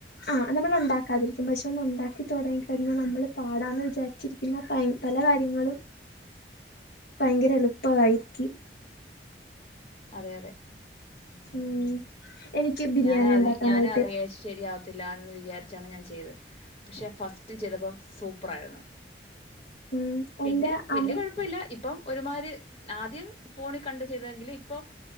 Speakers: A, on the left; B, on the left.
A: ആഹ് നമ്മളുണ്ടാക്കാതിരിക്കും പക്ഷേ തോന്ന് ഉണ്ടാക്കി തൊടങ്ങിക്കഴിഞാ നമ്മള് പാടാന്ന് വിചാരിച്ചിരിക്ക്ന്ന പ പല കാര്യങ്ങളും ഭയങ്കര എളുപ്പവായിരിക്കും
B: അതെ അതെ
A: ഉം എനിക്ക് ബിരിയാണി
B: ഞാനാവി
A: ഉണ്ടാക്കാനായിട്ട്
B: ഞാനാ <unintelligible> ത്തില്ലാന്ന് വിചാരിച്ചാണ് ഞാൻ ചെയ്തത്. പക്ഷെ ഫസ്റ്റ് ചെയ്തപ്പൊ സൂപ്പറായിരുന്നു
A: ഉം
B: പിന്നെ
A: എന്റെ
B: വല്യ
A: അം
B: കൊഴപ്പല്ല ഇപ്പം ഒരുമാരി ആദ്യം ഫോണ് കണ്ട് ചെയ്തെങ്കില് ഇപ്പം